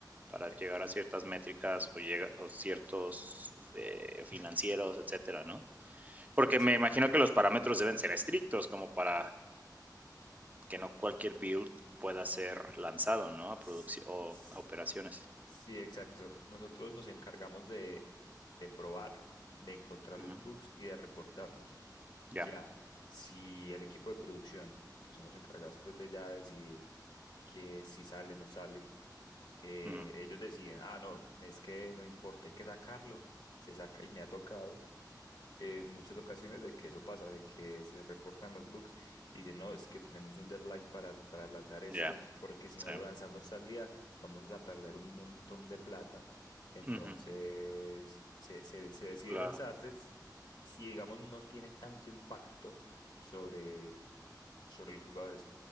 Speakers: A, on the right; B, on the left.
A: para
B: Ex-
A: llegar a ciertas métricas o, llega, o ciertos eh, financieros, etcétera, ¿no? Porque
B: ex-
A: me imagino que los parámetros deben ser estrictos como para que no cualquier build pueda ser lanzado, ¿no? A
B: S-
A: producción o
B: s-
A: a operaciones.
B: Sí, exacto. Nosotros nos encargamos de, de probar, de encontrar
A: Ujú,
B: los bugs y de reportarlos. Ya,
A: Ya,
B: si el equipo de producción, que son los encargados pues de ya decidir que si sale, no sale, eh,
A: ujú,
B: ellos deciden, ah, no, es que no importa, hay que sacarlo, se saca y me ha tocado en muchas ocasiones de que eso pasa, de que se reportan los bugs y dicen, no, es que tenemos un deadline para, para lanzar esto,
A: ya,
B: porque si no
A: sí.
B: lo lanzamos tal día, vamos a perder un montón de plata. Entonces,
A: Ujú,
B: se, se, se decide
A: Claro.
B: lanzarse. s- Si, digamos, no tiene tanto impacto sobre, sobre los jugadores.